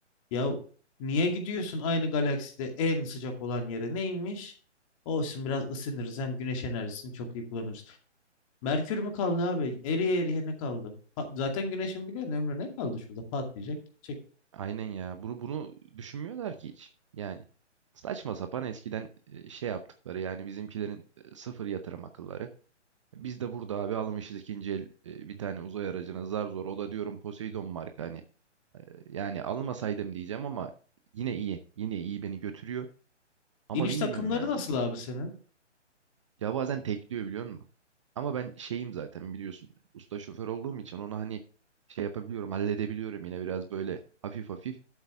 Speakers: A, on the left (about 25°); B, on the right (about 25°).
A: Ya niye gidiyorsun aynı galakside en sıcak olan yere? Neymiş? Olsun biraz ısınırız hem güneş enerjisini çok iyi kullanırız. Merkür mü kaldı abi? Eriye eriye ne kaldı? Pa- zaten güneşin biliyorsun ömrü ne kaldı şurada patlayacak. Çek.
B: Aynen ya. Bunu bunu düşünmüyorlar ki hiç. Yani saçma sapan eskiden e, şey yaptıkları yani bizimkilerin e, sıfır yatırım akılları. Biz de burada abi almışız ikinci el e, bir tane uzay aracına zar zor. O da diyorum Poseidon marka hani. E, Yani almasaydım diyeceğim ama yine iyi. Yine iyi beni götürüyor. Ama
A: İniş
B: bilmiyorum
A: takımları
B: ya.
A: nasıl abi senin?
B: Ya bazen tekliyor biliyor musun? Ama ben şeyim zaten biliyorsun. Usta şoför olduğum için onu hani şey yapabiliyorum, halledebiliyorum yine biraz böyle hafif hafif.